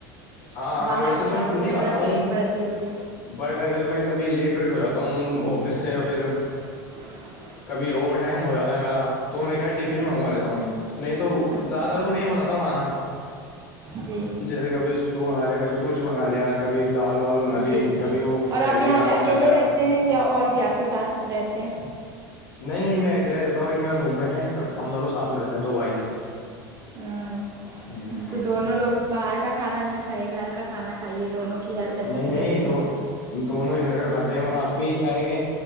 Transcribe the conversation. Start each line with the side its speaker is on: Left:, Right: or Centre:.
Left: ہاں ہاں
Right: باہر
Left: ویسے
Right: کتاب
Left: تو میں خود
Right: کو ضرورت
Left: کھاتا ہوں
Right: ہی نہیں پڑتی ہوتی
Left: بٹ اگر میں کبھی لیٹ ویٹ ہو جاتا ہوں آفس سے یا پھر
Right: ہ <inaudible>
Left: کبھی اوور ٹائم ہو جاتا ہے میرا تو میں کیا ٹفن منگوا لیتا ہوں نہیں تو
Right: اچھا
Left: زیادہ تر تو میں ہی بناتا ہوں کھانا
Right: جی
Left: جیسے کبھی اسٹو بنا لیا کبھی کچھ بنا لیا کبھی دال وال بنا لی
Right: جی
Left: کبھی وہ
Right: اور
Left: ہیلدی
Right: آپ یہاں
Left: کھانا
Right: پہ اکیلے
Left: بنا لیا
Right: رہتے ہیں یا اور بھی آپ کے <inaudible> کے ساتھ رہتے ہیں
Left: نہیں نہیں میں اکلا ہی رہتا ہوں ایک میرا روم مٹ ہے ہم دونوں ساتھ میں رہتے ہیں دو بھائی ہم
Right: ہاں
Left: ہ
Right: تو دونوں لوگ باہر کا کھانا نہیں کھائیے گھر کا کھانا کھائیے دونوں کی ہیلتھ اچھی
Left: نہیں نہیں
Right: رہے گی
Left: دو دونوں ہیھر کا کھاتے ہیں اور اپ بھی کیا ہے کہ